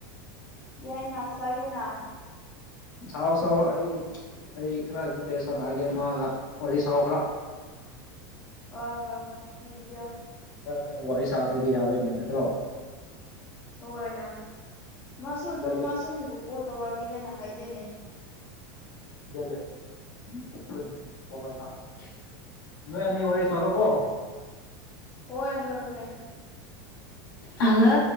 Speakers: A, on the left (about 20°); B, on the left (about 70°).
A: ꯌꯥꯏꯅ ꯁꯥꯒꯦꯅꯥ
B: ꯁꯥꯎ ꯁꯥꯎ ꯑꯩ ꯑꯩ ꯈꯔ ꯒꯤꯇꯦ ꯁꯥꯟꯅꯒꯦ ꯃꯥꯒ ꯋꯥꯔꯤ ꯁꯥꯎ ꯈꯔ
A: ꯍꯣꯏ ꯍꯣꯏ ꯍꯣꯏ ꯄꯤꯕꯤꯑꯣ
B: ꯑꯥ ꯅꯪ ꯋꯥꯔꯤ ꯁꯥꯗ꯭ꯔꯗꯤ ꯌꯥꯔꯣꯏꯅꯦ ꯅꯠꯇ꯭ꯔꯣ
A: ꯍꯣꯏ ꯅꯥ ꯃꯥꯁꯨ ꯅꯣꯡ
B: ꯍꯣꯏ
A: ꯃꯥꯁꯨ ꯃꯤꯕꯨ ꯀꯣꯜ ꯇꯧꯔꯛꯒꯦ ꯍꯥꯏꯅ ꯍꯥꯏꯗꯦꯅꯦ
B: <unintelligible> ꯅꯣꯢ ꯑꯅꯤ ꯋꯥꯔꯤ ꯁꯥꯔꯣ ꯀꯣ
A: ꯍꯣꯏ ꯍꯣꯏ ꯍꯣꯏ
B: ꯍꯜꯂꯣ